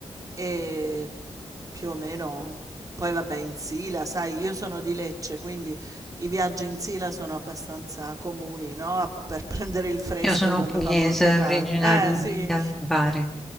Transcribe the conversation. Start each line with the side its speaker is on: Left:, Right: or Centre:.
Right: e più o meno... Poi vabbè, in Sila, sai, io sono di Lecce, quindi i viaggi in Sila sono abbastanza comuni, no? A- Per <laughs> prendere il fresco
Centre: Io sono
Right: quando
Centre: pugliese,
Right: fa molto caldo.
Centre: originaria
Right: Eh sì,
Centre: di Bari,